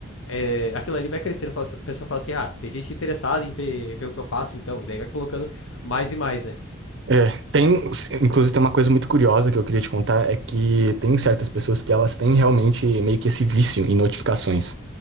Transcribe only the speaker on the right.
É, tem, inclusive tem uma coisa muito curiosa que eu queria te contar, é que tem certas pessoas que elas têm realmente meio que esse vício em notificações.